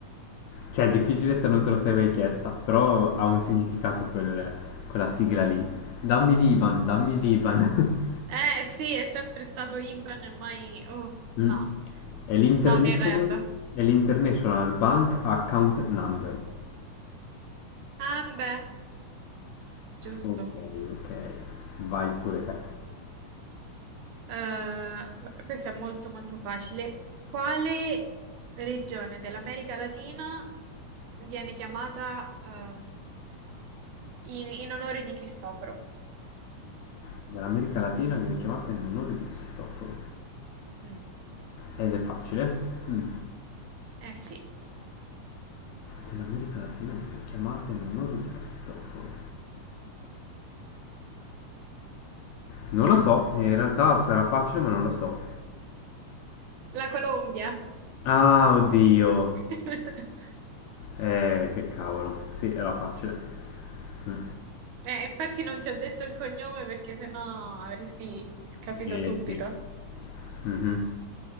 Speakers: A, on the left (about 75°); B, on the right (about 75°).
A: cioè è difficile se non te lo sei mai chiesta, però ha un significato quel- quella sigla lì. Dammi l'IBAN, dammi l'IBAN. <laughs>
B: Eh, sì, è sempre stato IBAN e mai... Oh, no,
A: Mm. È l'International,
B: no, mi arrendo.
A: è l'International Bank Account Number.
B: Ah, beh, giusto.
A: Ok, ok. Vai pure te.
B: Eh, questa è molto molto facile. Quale regione dell'America Latina viene chiamata ehm, in, in onore di Cristoforo?
A: Dall'America Latina viene chiamata in onore di Cristoforo.
B: Mm,
A: Ed è facile. Mm.
B: Eh sì,
A: Dell'America Latina viene chiamata in onore di Cristoforo. Non la so, in realtà sarà facile, ma non la so.
B: la Colombia.
A: Ah, oddio.
B: <laughs>
A: Eh, che cavolo. Sì, era facile. Mm.
B: Eh, infatti non ti ho detto il cognome perché sennò avresti capito
A: Eh,
B: subito.
A: sì. Mhm.